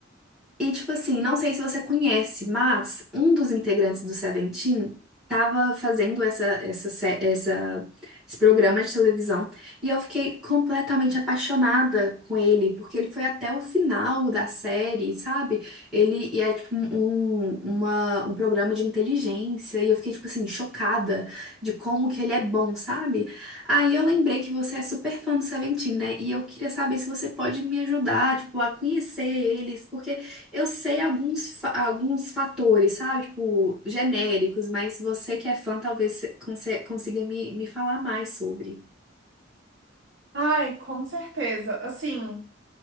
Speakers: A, in the centre; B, on the right (about 65°).
A: E, tipo assim, não sei se você conhece, mas um dos integrantes do Seventeen tava fazendo essa, essa, sé- essa- esse programa de televisão e eu fiquei completamente apaixonada com ele, porque ele foi até o final da série, sabe? Ele e é tipo um, um, uma- um programa de inteligência e eu fiquei, tipo assim, chocada de como que ele é bom, sabe? Aí eu lembrei que você é super fã do Seventeen, né? E eu queria saber se você pode me ajudar, tipo, a conhecer eles, porque eu sei alguns, fa- alguns fatores, sabe? Tipo, genéricos, mas você que é fã talvez se- conse- consiga me, me falar mais sobre.
B: Ai, com certeza. Assim,